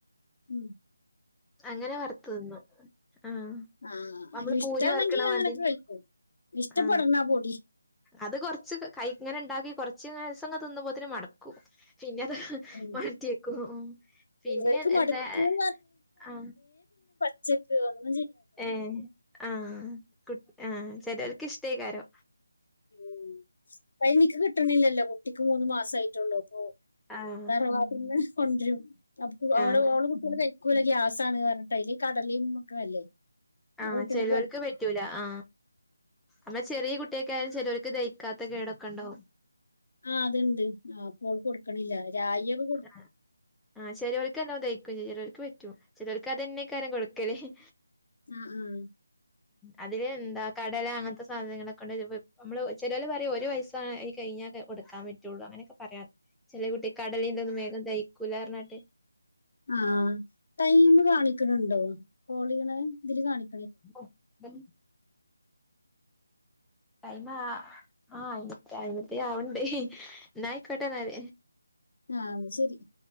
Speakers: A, on the left; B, in the centre.
A: ഉം <unintelligible>
B: അങ്ങന വറുത്ത് നിന്ന് ആ
A: ആ
B: നമ്മള്
A: അതിലിഷ്ടാണെങ്കി
B: പൂരി വറുക്കണ
A: അങ്ങനൊക്കെ
B: മാതിര്
A: കഴിക്കും ഇഷ്ടപ്പെടണ
B: ആ
A: പൊടി
B: അത് കൊറച്ച് ക് കൈ ഇങ്ങനെ ഇണ്ടാക്കി കൊറച്ച് ദെവസങ്ങൾ തിന്നുമ്പോത്തിനും മടുക്കും പിന്ന അത് ഹ്
A: ഉം.
B: മാറ്റിവെക്കും പിന്നെഅത്
A: ഇവർക്ക് മടുക്കുന്ന്
B: എന്താ എ ആ
A: ഉച്ചക്ക് വന്ന്
B: ഏ ആ കുട്ട് ആ ചെലരിക്ക് ഇഷ്ടികാരം
A: ഉം പഴനിക്ക് കിട്ടണില്ലല്ലോ കു കുട്ടിക്ക് മൂന്ന് മാസം ആയിട്ടുള്ളൂ ഉം
B: ആഹ്
A: തറവാട്ടിന്ന് കൊണ്ടരും അപ്പു അവരെ
B: ആഹ്
A: ഓള് കുട്ടികള് കഴിക്കൂല്ല ഗ്യാസാണ് കാരണംട്ട അയ്ല് ഈ കടലേം ഒക്കെ അല്ലേ അവളെ
B: ആ
A: കുട്ടികൾക്ക്
B: ചെലവർക്ക്
A: പ-
B: പറ്റൂല ആ എന്നാ ചെറിയ കുട്ടിക കെ ചെലവർക്ക് ദഹിക്കാത്ത കെടക്കണ്ടാവും
A: ആ അത്ണ്ട് ആ അപ്പോൾ കൊടുക്കണില്ല രായിയൊക്ക
B: ആ ആ ശരി വെക്കന്നൊന്തേ എക്കോ ചെയ്യല് ചെലോർക്ക് പറ്റും ചെലോർക്ക് അതന്നെ കാര്യം കൊടുക്കല് ഹ് ഹീ
A: ആആ
B: അതില് എന്താ കടല അങ്ങനത്ത സാ സാധനങ്ങളൊക്കൊേണ്ടോയി വെക്ക മ്മള് ചെലര് പറയും ഒരു വയസായി കഴിഞ്ഞാൽ ക കൊടുക്കാപറ്റുള്ളൂ അങ്ങനേക്കെപറയാൻ ചെല കുട്ടി കടലിന്നൊന്നും വേഗം കയ്ക്കൂല്ലാർഞ്ഞട്ട്
A: ആ ടൈമ് കാണിക്കണുണ്ടോ കോളിനാ ഇതില് കാണി
B: ഒ ഉം
A: <unintelligible>
B: ടൈമാ ആ ടൈമൊത്തി ആവണ്ട് ഹി ഹീ എന്നായിക്കോട്ടെ എന്നാല്
A: ആ എന്നാ ശരി